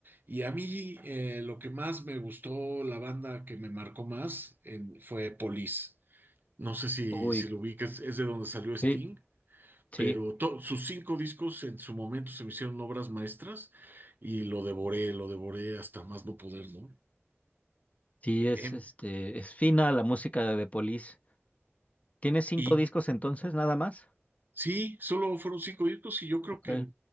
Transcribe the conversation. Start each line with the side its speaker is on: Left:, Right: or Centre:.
Right: Y a mí eh, lo que más me gustó, la banda que me marcó más en- fue Police. No sé si,
Left: Uy,
Right: si lo ubicas, es de donde salió Sting
Left: sí, sí,
Right: pero to- sus cinco discos en su momento se me hicieron obras maestras y lo devoré, lo devoré hasta más no poder, ¿no?
Left: sí,
Right: Em,
Left: es este, es fina la música de The Police. ¿Tiene cinco
Right: y
Left: discos entonces, nada más?
Right: sí, solo fueron cinco discos y yo creo
Left: Ok.
Right: que,